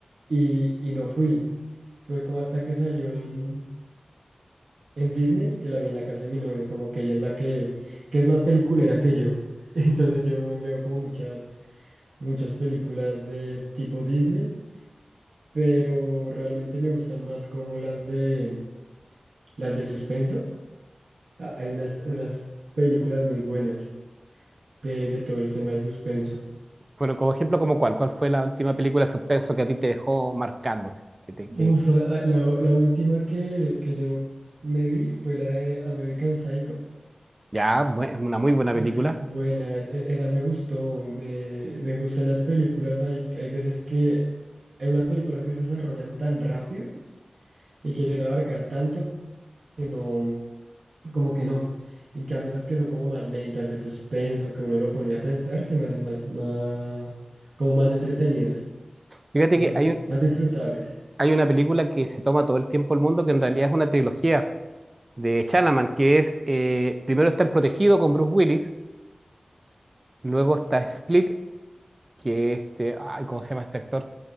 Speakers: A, on the right (about 75°); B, on the right (about 35°).
A: Y, y no fui. Fue como hasta que salió en, en Disney que la vi en la casa de mi novia, como que ella es la que, que es más peliculera que yo. <laughs> Entonces yo me veo como muchas, muchas películas de tipo Disney, pero realmente me gustan más como las de las de suspenso. Ah, Hay unas, unas películas muy buenas de, de todo el tema de suspenso.
B: Bueno, como ejemplo, como cuál, ¿cuál fue la última película de suspenso que a ti te dejó marcándose? Que te,
A: Uf,
B: que,
A: ah, ah, la, la última que, que yo no me vi fue la de American Psycho.
B: ya, bu- es una muy buena
A: Uf,
B: película.
A: buena, es- e- esa me gustó, me, me gustan las películas, hay, hay veces que hay unas películas que se desarrollan tan rápido y quieren abarcar tanto que no, como que no. En cambio, esas que son como más lentas, de suspenso, que uno lo pone a pensar, se me hacen más, más, como más entretenidas,
B: Fíjate
A: más,
B: que hay, un-
A: más disfrutables.
B: hay una película que se toma todo el tiempo el mundo, que en realidad es una trilogía de Chalaman, que es, eh, primero está El Protegido con Bruce Willis, luego está Split, que este, ay, ¿cómo se llama este actor?